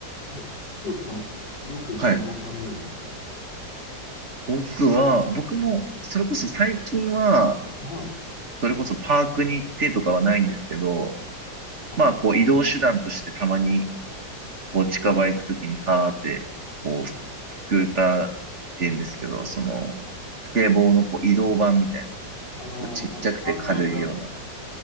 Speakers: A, on the left; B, on the right.
A: え、清子さん、よくスケボーされるんですか
B: はい。僕は、僕も、それこそ最近は、
A: はい。
B: それこそパークに行ってとかはないんですけど、
A: あ、
B: まあ、こう、移動手段としてたまに、こう、近場行くときにさーって、こう、スクーターって言うんですけど、その、スケボーのこう移動版みたいな、こ
A: あの、
B: うちっちゃくて軽いような、
A: あハンドルが、